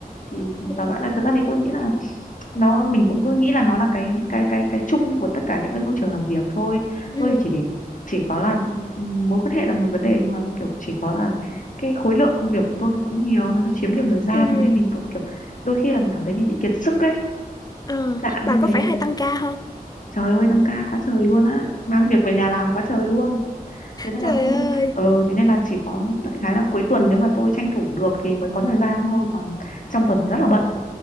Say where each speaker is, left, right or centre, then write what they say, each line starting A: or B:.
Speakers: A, on the left; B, on the left.
A: thì
B: ừ
A: tóm lại là thật ra thì tôi nghĩ là nó mình cũng cứ nghĩ là nó là cái cái cái cái chung của tất cả những cái môi trường làm việc thôi
B: ừ
A: tôi chỉ để chỉ có là ừm, mối quan hệ là một vấn đề nhưng mà kiểu chỉ có là cái khối lượng công việc của tôi nó cũng nhiều nó nó chiếm nhiều thời gian
B: ừ
A: thế nên mình cũng kiểu đôi khi là mình cảm thấy mình bị kiệt sức ấy
B: Ờ,
A: dạng
B: bà
A: như
B: có
A: thế
B: phải hay tăng ca không?
A: trời ơi tăng ca quá trời luôn á mang việc về nhà làm quá trời luôn thế nên
B: Trời
A: là không
B: ơi.
A: ờ thế nên là chỉ có đại khái là cuối tuần nếu mà tôi tranh thủ được thì mới có thời gian thôi còn trong tuần thì rất là bận